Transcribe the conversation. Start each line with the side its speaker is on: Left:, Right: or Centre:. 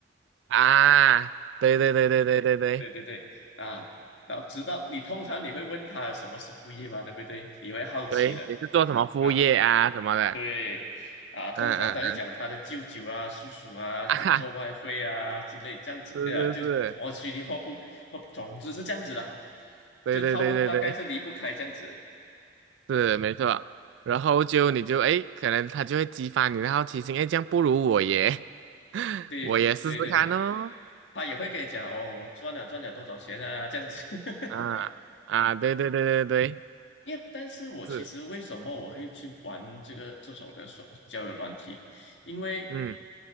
Right: 啊，对对对对对对对
Left: 对对对，啊，然后直到你通常你会问他什么是副业嘛，对不对？你会好奇的，
Right: 对，你是做什么副业啊什么的？
Left: 啊，对，啊，通常他会讲他的舅舅啊、
Right: 嗯嗯嗯
Left: 叔叔啊有做外汇啊之类这样子，
Right: 啊哈，是是是，
Left: 呃，就什么虚拟货币或总之是这样子的，
Right: 对对对对对，
Left: 这套路大概是离不开这样子。
Right: 是没错。然后就你就诶，可能他就会激发你的好奇心，诶，这样不如我耶，<laughs>
Left: 对对对对，
Right: 我也试试看哦。
Left: 他也会跟你讲哦，我赚了赚了多少钱啊，这样子。<laughs>
Right: 啊啊，对对对对对，
Left: 因为，但是我其实为什么我会去玩这个这种的软交友软体？
Right: 是，
Left: 因为
Right: 嗯